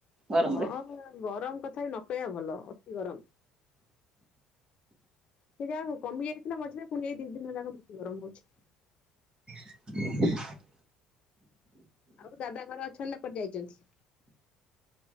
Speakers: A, on the right (about 35°); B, on the left (about 50°).
A: ଗରମ
B: ହଁ
A: ରେ।
B: ଗରମ କଥା ବି ନ କହିବା ଭଲ ଅତି ଗରମ। ସେ ଯା ହୋଉ କମି ଯାଇଥିଲା ମଝିରେ ପୁଣି ଏଇ ଦି ଦିନ ହେଲା ବେଶୀ ଗରମ ହୋଉଚି।
A: <inaudible>
B: ଆଉ ଦାଦା ଘର ଅଛନ୍ତି ନା କଆଡେ ଯାଇଛନ୍ତି।